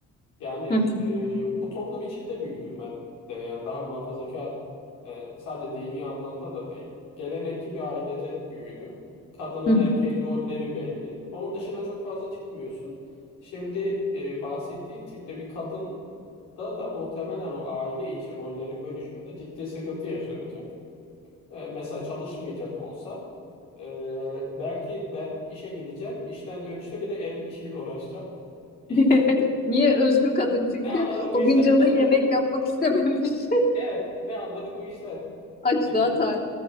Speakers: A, on the left (about 85°); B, on the left (about 30°).
A: Yani
B: hı hı,
A: e, bu toplum içinde büyüdüm ben de yani daha muhafazakar e, sadece dini anlamda da değil. Gelenekçi bir ailede büyüdüm. Kadının
B: hı hı.
A: erkeğin rolleri belli. Onun dışına çok fazla çıkmıyorsun. Şimdi e, bahsettiğin tipte bir kadın da da muhtemelen o aile içi rollerin bölüşümünde ciddi sıkıntı yaşanacak. E, mesela çalışmayacak olsa e, belki ben işe gideceğim, işten dönüşte bir de ev işiyle uğraşacağım. <laughs>
B: <laughs> Niye özgür kadın çünkü
A: Ne anladık bu
B: o
A: işten?
B: gün canı
A: <laughs>
B: yemek yapmak istememiş.
A: Evet, ne anladık bu işten
B: <laughs> Açlığa
A: gibi.
B: talip.